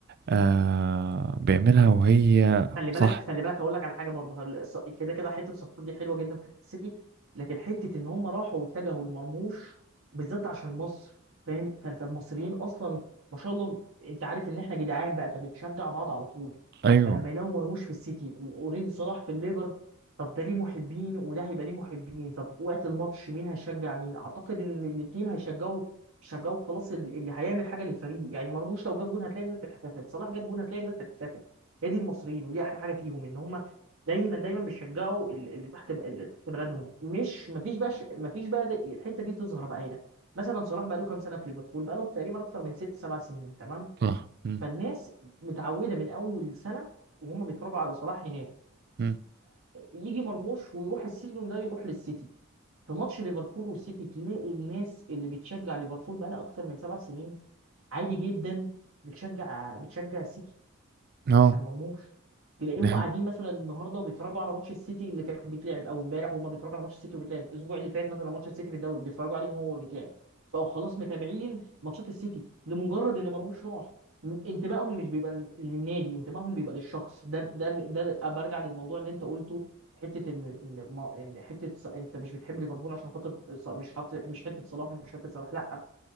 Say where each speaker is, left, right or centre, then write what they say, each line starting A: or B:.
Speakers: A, on the right; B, on the right.
A: آه بيعملها وهي
B: خلي
A: صح
B: بالك خلي بالك هقول لك على حاجه برضه هل- الص- كده كده حته صفقات دي حلوه جدا في حته السيتي لكن حته ان هم راحوا واتجهوا لمرموش بالذات عشان مصر فاهم فانت المصريين اصلا ما شاء الله انت عارف ان احنا جدعان بقى فبتشجع بعض على طول
A: ايوه
B: فلما يلاقوا مرموش في السيتي واوريدي صلاح في الليفر طب ده ليه محبين وده هيبقى ليه محبين طب وقت الماتش مين هيشجع مين اعتقد ان الاثنين هيشجعوا شجعوا خلاص ال- اللي هيعمل حاجه للفريق يعني مرموش لو جاب جون هتلاقي الناس بتحتفل صلاح جاب جون هتلاقي الناس بتحتفل هي دي المصريين ودي احلى حاجه فيهم ان هم دايما دايما بيشجعوا ال- اللي تحت ب- اللي تحت بلدهم مش مفيش بقى ش- مفيش بقى د- الحته دي تظهر بقى هنا مثلا صلاح بقى له كام سنه في ليفربول بقى له تقريبا اكتر من ست سبع سنين تمام
A: صح مم.
B: فالناس متعوده من اول سنه وهم بيتفرجوا على صلاح هناك
A: مم.
B: فيجي مرموش ويروح السيزون ده يروح للسيتي في ماتش ليفربول والسيتي تلاقي الناس اللي بتشجع ليفربول بقى لها اكتر من سبع سنين عادي جدا بتشجع بتشجع السيتي
A: اه
B: عشان مرموش تلاقيهم
A: ده
B: قاعدين مثلا النهارده بيتفرجوا على ماتش السيتي اللي كان بيتلعب او امبارح وهم بيتفرجوا على ماتش السيتي وبيتلعب الاسبوع اللي فات مثلا ماتش السيتي في الدوري بيتفرجوا عليه وهو بيتلعب فهو خلاص متابعين ماتشات السيتي لمجرد ان مرموش راح م- انتمائهم مش بيبقى لل- للنادي انتمائهم بيبقى للشخص ده ده ده برجع للموضوع اللي انت قلته حته ان ان ما- إن حته ص- انت مش بتحب ليفربول عشان خاطر ص- مش حاطط مش حته صلاح مش حته صلاح لا